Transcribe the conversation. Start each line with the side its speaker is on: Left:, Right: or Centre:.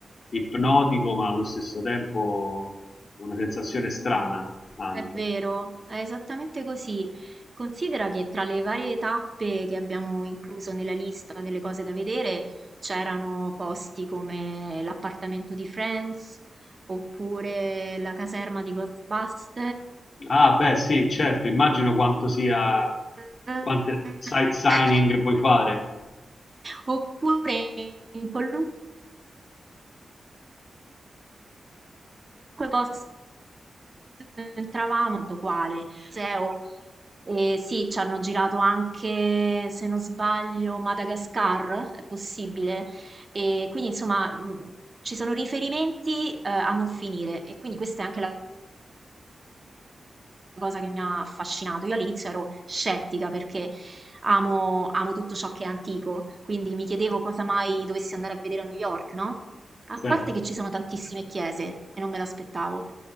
Left: ipnotico, ma allo stesso tempo una sensazione strana anche.
Right: È vero, è esattamente così. Considera che tra le varie tappe che abbiamo incluso nella lista delle cose da vedere c'erano posti come l'appartamento di Friends oppure la caserma di Ghostbusters
Left: Ah, beh, sì, certo, immagino quanto sia,
Right: <laughs>
Left: quante sight signing puoi fare.
Right: Oppure in qualunque posto entravamo, guardo quale, museo, e sì, ci hanno girato anche, se non sbaglio, Madagascar, è possibile. E quindi, insomma, mh, ci sono riferimenti, eh, a non finire e quindi questa è anche la cosa che mi ha affascinato. Io all'inizio ero scettica perché amo, amo tutto ciò che è antico, quindi mi chiedevo cosa mai dovessi andare a vedere a New York, no? A
Left: Certo.
Right: parte che ci sono tantissime chiese e non me l'aspettavo,